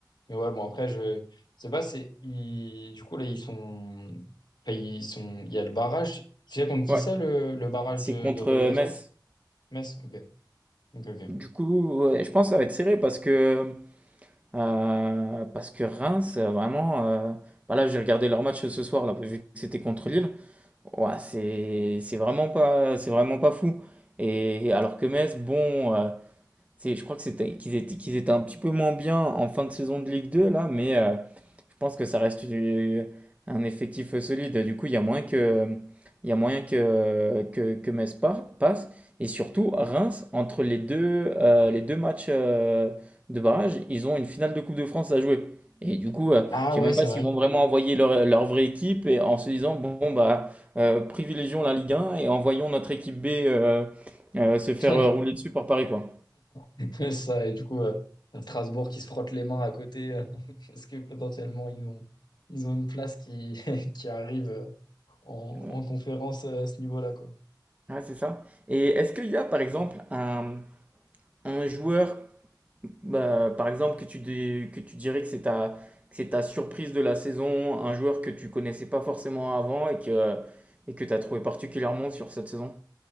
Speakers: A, on the left; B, on the right.
A: Mais ouais, bon, après, je, je sais pas, c'est, ils- du coup, là, ils sont, enfin, ils sont, il y a le barrage. Tu sais contre
B: Ouais,
A: qui c'est le, le barrage
B: c'est
A: de,
B: contre
A: de relégation?
B: euh, Metz.
A: Metz? Ok. Ok, ok.
B: Du coup, ouais, je pense que ça va être serré parce que, euh, parce que Reims, euh, vraiment, euh, bah là, j'ai regardé leur match ce soir, là, vu que c'était contre Lille. Ouais, c'est, c'est vraiment pas, c'est vraiment pas fou. Et alors que Metz, bon, euh, c'est, je crois que c'était, qu'ils étaient, qu'ils étaient un petit peu moins bien en fin de saison de Ligue 2, là, mais, euh, je pense que ça reste du- un effectif solide. Du coup, il y a moyen que, il y a moyen que, que, que Metz par- passe. Et surtout, Reims, entre les deux, euh, les deux matchs euh, de barrage, ils ont une finale de Coupe de France à jouer. Et du coup, euh,
A: Ah
B: je ne sais
A: ouais,
B: même
A: c'est
B: pas s'ils
A: vrai.
B: vont vraiment envoyer leur, leur vraie équipe et en se disant, bon, bah, euh, privilégions la Ligue 1 et envoyons notre équipe B euh, euh, se faire
A: <laughs>
B: euh, rouler dessus par Paris, quoi.
A: <laughs> C'est ça, et du coup, euh, Strasbourg qui se frotte les mains à côté, euh, <laughs> parce que potentiellement, ils ont, ils ont une place qui, <laughs> qui arrive euh, en,
B: Ouais,
A: en conférence euh, à ce niveau-là, quoi.
B: Ouais, c'est ça. Et est-ce qu'il y a, par exemple, un, un joueur Bah, par exemple, que tu, dis- que tu dirais que c'est ta, que c'est ta surprise de la saison, un joueur que tu connaissais pas forcément avant et que, et que tu as trouvé particulièrement sur cette saison.